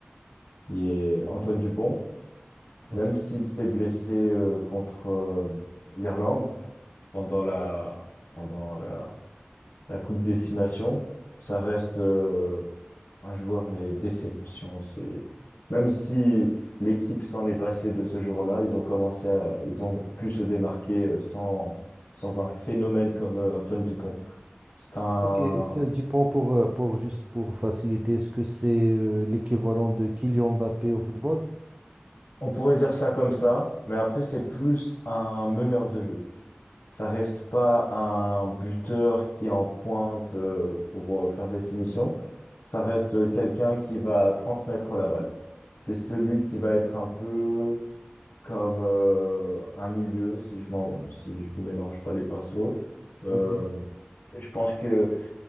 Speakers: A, on the left (about 80°); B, on the right (about 30°).
A: qui est Antoine Dupont.
B: Ok,
A: Même s'il s'est blessé euh, contre euh, l'Irlande pendant la pendant la, la Coupe des Six Nations, ça reste euh, Un joueur, mais déception, c'est... Même si l'équipe s'en est passée de ce jour-là, ils ont commencé à... Ils ont pu se démarquer euh, sans, sans un phénomène comme euh, Antoine Dupont. C'est un...
B: ok, c'est du point pour, euh, pour juste pour faciliter, est-ce que c'est euh, l'équivalent de Kylian Mbappé au football?
A: On pourrait dire ça comme ça, mais après, c'est plus un meneur de jeu. Ça reste pas un buteur qui est en pointe euh, pour euh, faire des finitions. Ça reste euh, quelqu'un qui va transmettre la balle. C'est celui qui va être un peu comme euh, un milieu si je m'en si je mélange pas les pinceaux. Euh,
B: Ok.
A: je pense que